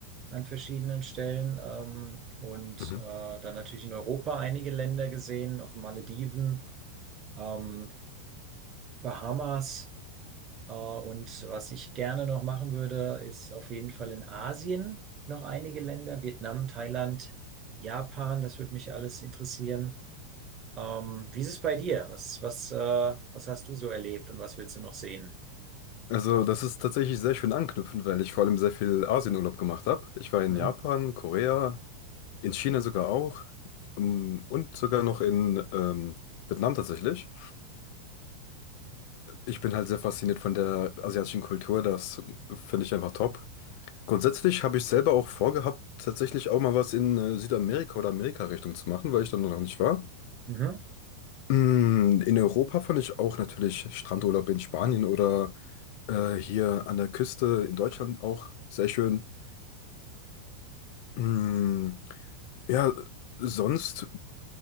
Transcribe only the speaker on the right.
an verschiedenen Stellen ähm, und
äh, dann natürlich in Europa einige Länder gesehen, auf den Malediven, ähm, Bahamas. Äh, und was ich gerne noch machen würde, ist auf jeden Fall in Asien noch einige Länder, Vietnam, Thailand, Japan, das würde mich alles interessieren. Ähm, wie ist es bei dir? Was, was, äh, was hast du so erlebt und was willst du noch sehen?
Mhm.
Mhm.